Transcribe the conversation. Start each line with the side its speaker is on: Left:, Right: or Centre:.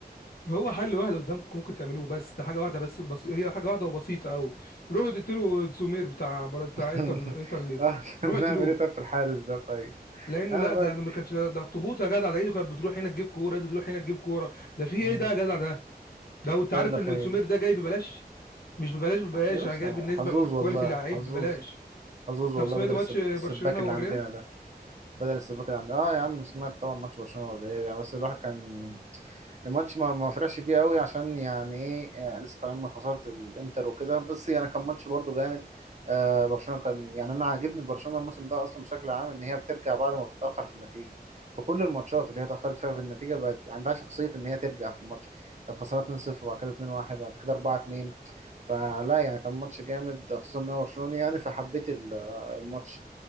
Left: هو حل واحد قدامكم ممكن تعملوه بس ده حاجه واحده بس, بس هي حاجه واحده وبسيطه قوي روحوا تقتلوا سمير بتاع بتاع
Right: <laughs>
Left: انتر انتر مير
Right: آه، نعمل
Left: روحوا اقتلوه
Right: ايه طيب في الحارس ده طيب
Left: لانه
Right: اه
Left: لا
Right: بقى
Left: ده ما كانش ده, ده اخطبوط يا جدع ده ايده كانت بتروح هنا تجيب كوره ايده تروح هنا تجيب كوره ده في ايه
Right: مم.
Left: ده يا جدع ده لو انت
Right: يلا
Left: عارف
Right: خير
Left: ان سمير ده جاي ببلاش مش ببلاش ببلاش
Right: آه، يا
Left: يعني
Right: بس
Left: جاي بالنسبه
Right: حظوظ
Left: للكواليتي
Right: والله
Left: اللي لعيب
Right: حظوظ
Left: ببلاش
Right: حظوظ
Left: طب
Right: والله
Left: سمعت
Right: بدل
Left: ماتش
Right: السب...
Left: برشلونة
Right: السباك اللي
Left: والريال؟
Right: عندنا ده بدل السباكة يعني اه يا عم سمعت طبعا ماتش برشلونة والريال يعني بس الواحد كان الماتش ما ما فرحش بيه قوي عشان يعني ايه يعني لسه طالعين من خسارة الانتر وكده بس يعني كان ماتش برضه جامد آه برشلونة كان يعني انا عاجبني في برشلونة الموسم ده اصلا بشكل عام ان هي بترجع بعد ما بتتأخر في النتيجة في كل الماتشات اللي هي اتأخرت فيها في النتيجة بقت عندها شخصية ان هي ترجع في الماتش كانت خسرانة 2-0 بعد كده 2-1 بعد كده 4-2 فلا يعني كان ماتش جامد خصوصا ان انا برشلوني يعني فحبيت ال- آه، الماتش